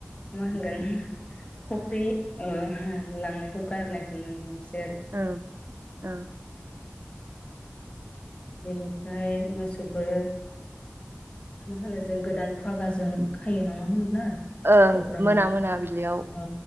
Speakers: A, on the left (about 30°); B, on the right (about 60°).
A: मा होनगोन
B: उ
A: फुख्रि लांनायखौ गारनाय <unintelligible>
B: औ औ
A: बेनिफ्राय मोसौफोर मा होनो जों गोदान फागाजों खायो नङा होनब्ला
B: ओं
A: जेब्लानो
B: मोना मोना बिलियाव
A: ओ